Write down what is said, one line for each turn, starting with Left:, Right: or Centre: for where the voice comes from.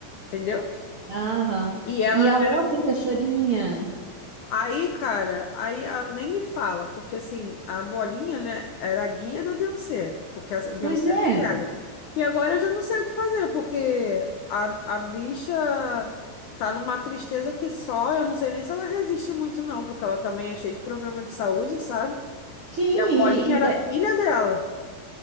Left: entendeu?
Right: aham.
Left: E ela
Right: E a outra cachorrinha,
Left: Aí, cara, aí ah, nem me fala, porque assim, a bolinha, né, era a guia da Beyoncé, porque a Beyoncé
Right: pois
Left: é
Right: é,
Left: cega. E agora eu já não sei o que fazer, porque a, a bicha tá numa tristeza que só, eu não sei nem se ela resiste muito, não, porque ela também é cheia de problema de saúde, sabe?
Right: sim,
Left: E a bolinha
Right: e, e
Left: era
Right: da-
Left: a filha dela.